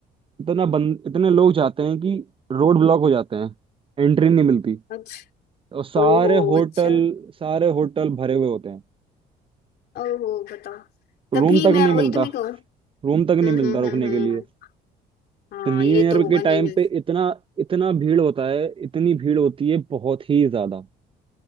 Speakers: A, on the right; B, on the left.
A: इतना बंद इतने लोग जाते हैं कि रोड ब्लॉक हो जाते हैं एंट्री नहीं मिलती
B: अच्छा
A: और सारे
B: ओहो
A: होटल
B: अच्छा
A: सारे होटल भरे हुए होते हैं
B: ओहो बताओ
A: रूम
B: तभी
A: तक
B: मैं
A: नहीं
B: वही
A: मिलता
B: तो मैं कहूँ
A: रूम तक
B: हम्म
A: नहीं मिलता
B: हम्म
A: रुकने
B: हम्म हम्म
A: के लिए
B: हाँ
A: तो न्यू
B: ये
A: ईयर
B: तो होगा
A: के
B: नहीं
A: टाइम
B: मिल
A: पे इतना इतना भीड़ होता है इतनी भीड़ होती है बहुत ही ज्यादा